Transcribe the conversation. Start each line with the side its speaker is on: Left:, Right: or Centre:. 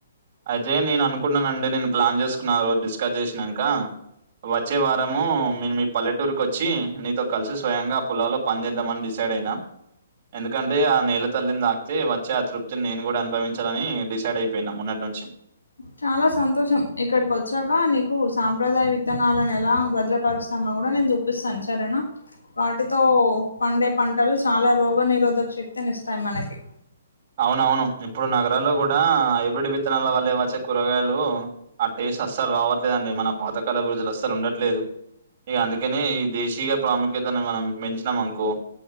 Right: అయితే నేను అనుకునండి నేను ప్లాన్ చేసుకున్నా ఆ రోజు డిస్కస్ చేసినాక వచ్చే వారము నేన్ మీ పల్లెటూరుకి వచ్చి నీతో కలిసి స్వయంగా ఆ పోలాలో పని చేేద్దామని డిసైడ్ ఎక్కడైనా ఎందుకంటే ఆ నేళ్ల తల్లిని తాక్తే వచ్చి ఆ తృప్తిని నేను కూడా అనుభవించాలని డిసైడ్ అయిపోయినా మొన్నటి చె
Left: చాలా సంతోషం ఇక్కడికి వచ్చాక నీకు సాంప్రదాయ విత్తనాలను ఎలా భద్రపరుస్తా కూడా నేను చూపిస్తాను సరేనా వాటితో పండే పంటలు చాలా రోగ నిరోధక శక్తిని ఇస్తాయి మనకి
Right: అవునవును ఇప్పుడు నగరాల్లో కూడా హైబ్రిడ్ విత్తనాల వాళ్ళ వచ్చ కూరగాయలు ఆ టేస్ట్ అస్సలు రావట్లేదండి మన పాతకాల అభిరుచులు అస్సలు ఉండట్లేదు ఇక అందుకని ఈ దేశీగా ప్రాముఖ్యతను మనం మ అనుకో